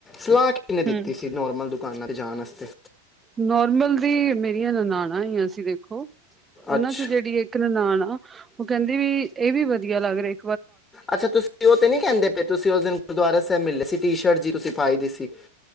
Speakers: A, on the left (about 15°); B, on the right (about 15°).
A: ਸਲਾਹ ਕਿਨੇ
B: ਹੂੰ
A: ਦਿੱਤੀ ਸੀ ਨੋਰਮਲ ਦੁਕਾਨਾਂ ਤੇ ਜਾਣ ਵਾਸਤੇ।
B: ਨੋਰਮਲ ਦੀ ਮੇਰੀਆਂ ਨਨਾਣਾਂ ਆਈਆਂ ਸੀਂ ਦੇਖੋ ਉਹਨਾਂ
A: ਅੱਛਾ
B: ਚ ਜਿਹੜੀ ਇੱਕ ਇੱਕ ਨਨਾਨ ਆ, ਉਹ ਕਹਿੰਦੀ ਵੀ ਇਹ ਵੀ ਵਧੀਆ ਲੱਗ ਰਹੇ।
A: ਅੱਛਾ, ਤੁਸੀਂ ਉਹ ਤੇ ਨੀ ਕਹਿੰਦੇ ਤੇ ਤੁਸੀਂ ਉਸ ਦਿਨ ਗੁਰਦੁਆਰਾ ਸਾਹਿਬ ਮਿਲੇ ਸੀ ਟੀ ਸ਼ਰਟ ਜਹੀ ਤੁਸੀਂ ਪਾਈ ਦੀ ਸੀ।।